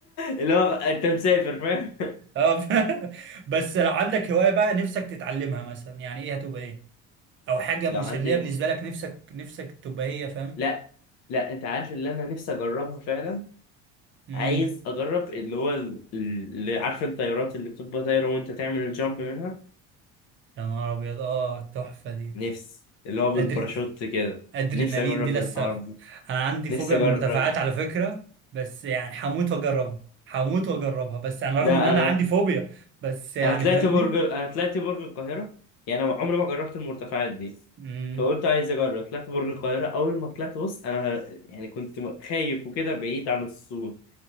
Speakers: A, on the left (about 60°); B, on the right (about 40°).
A: اللي هو انت مسافر فاهم
B: اه ف... <laughs> بس لو عندك هوايه بقى نفسك تتعلمها مثلا يعني ايه هتبقى ايه او حاجه
A: لو
B: مسليه
A: عندي
B: بالنسبه لك نفسك نفسك تبقى هي فاهم
A: لا لا انت عارف اللي انا نفسي اجربها فعلا
B: امم
A: عايز اجرب اللي هو ال- اللي عارف الطيارات اللي بتبقى طايره وانت تعمل الجامب منها
B: يا نهار ابيض اه التحفه دي
A: نفسي اللي هو بالباراشوت
B: أدر...
A: كده
B: ادرينالين
A: نفسي اجرب
B: دي للسف
A: الحوار ده
B: انا عندي
A: نفسي
B: فوبيا
A: اجرب
B: من المرتفعات على فكره بس يعني هموت واجربها هموت واجربها بس يعني رغم
A: لا
B: ان انا
A: انا
B: عندي فوبيا بس يعني
A: انا طلعت
B: فاهمني
A: برج انا طلعت برج القاهره يعني انا عمري ما جربت المرتفعات دي
B: امم
A: فقلت عايز اجرب طلعت برج القاهره اول ما طلعت بص انا يعني كنت م- خايف وكده بعيد عن الصوت